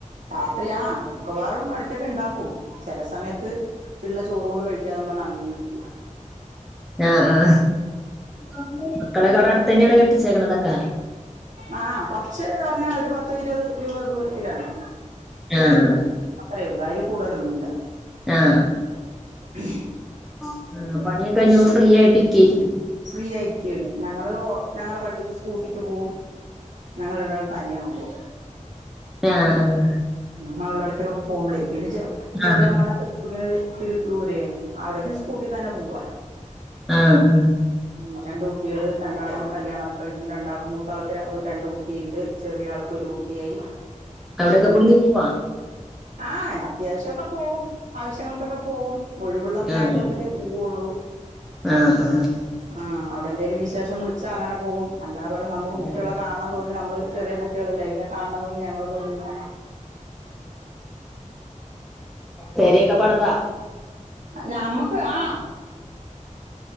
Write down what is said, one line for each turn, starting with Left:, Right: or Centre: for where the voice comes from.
Right: രാത്രിയാ ആ മിക്കവാറും ഇടക്കൊക്കെ ഉണ്ടാക്കും ചില സമയത്ത് പിള്ള ചോറ് കൊണ്ട് കഴിക്കാൻ പറഞ്ഞാൽ അങ്ങനെ ഇരിക്കും
Centre: ആഹ ആ മക്കളെയൊക്കെ അടുത്ത് തന്നെയാണോ കെട്ടിച്ചതൊക്കെ
Right: ആ് കൊറച്ച് പറഞ്ഞാ ഒരു പത്തുഇരുപത് രൂപ ദൂരത്തിലാണ്
Centre: ആഹ്
Right: അത്രേ ഉള്ളൂ അതിൽ കൂടുതലൊന്നുല്ല
Centre: ആഹ
Right: <inaudible>
Centre: ആ പണിയ കെ കഴിഞ്ഞപ്പോ ഫ്രീ ആയിട്ട് ഇരിക്കായിരിക്കും
Right: ഫ്രീ ആയിരിക്കുവാണ് ഞങ്ങള് ഞങ്ങളുടെ വണ്ടിക്ക് സ്കൂട്ടിക്ക് പോകവും ഞങ്ങൾ രണ്ടാളും തനിയെ ആവുമ്പോൾ
Centre: ആഹ് ആഹ്
Right: മകളോട്ക്കൊക്കെ പോകുമ്പളെ പിന്നെ ചെറിയ
Centre: ആഹ് ആഹ്
Right: മോളെ കെട്ടിരിക്കണത് ഇത്തിരി ദൂരെയാണ് അവിടേക്കും സ്കൂട്ടി തന്നെ പോവാ
Centre: ആഹ ഹാ
Right: ഉ രണ്ട് കുട്ടികൾ രണ്ടാളും കല്യാണംഒക്കെ കഴിഞ്ഞു രണ്ടാളും മൂത്ത ആൾക്ക് രണ്ട് കുട്ടിയുണ്ട് ചെറിയ ആൾക്ക് ഒരു കുട്ടിയായി
Centre: അവിടെയൊക്കെ പോയി നിക്കുവാ
Right: ആ അത്യാവശ്യൊക്കെ പോവും ആവശ്യങ്ങൾക്കൊക്കെ പോകും ഒഴിവുള്ള നേരം
Centre: ആഹ്
Right: നോക്കിട്ടേ പോവുള്ളൂ
Centre: ആഹ് ആഹ്
Right: ആ അവിടെ എന്തെങ്കലും വിശേഷം വിളിച്ചാ അങ്ങനെ പോകും അല്ലാ പറരം നമ്മുക്ക് കുട്ടികളെ
Centre: ആഹ്
Right: കാണണം തോന്നി നമ്മള് ചെറിയ കുട്ടികളല്ല ഇനെ കാണണം തോന്നി ഞങ്ങളൊന്ന് പോകവും
Centre: പെരേക്കെ പണിത
Right: നമ്മുക്ക് ആ